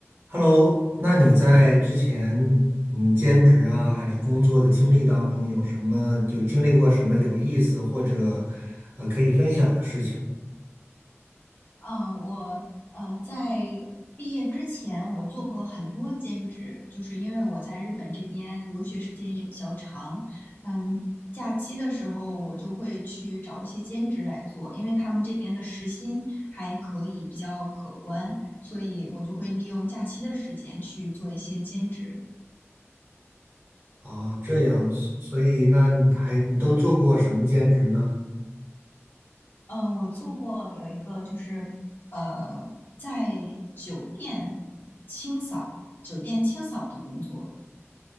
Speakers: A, on the right; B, on the left.
A: Hello，那你在之前嗯兼职啊还是工作的经历当中，有什么有经历过什么有意思或者呃可以分享的事情
B: 嗯，我呃在毕业之前，我做过很多兼职，就是因为我在日本这边留学时间也比较长，嗯，假期的时候我就会去找一些兼职来做，因为他们这边的时薪还可以比较可观，所以我就会利用假期的时间去做一些兼职。
A: 啊？这样，所以那你还你都做过什么兼职呢？
B: 嗯，我做过有一个就是呃在酒店清扫，酒店清扫的工作。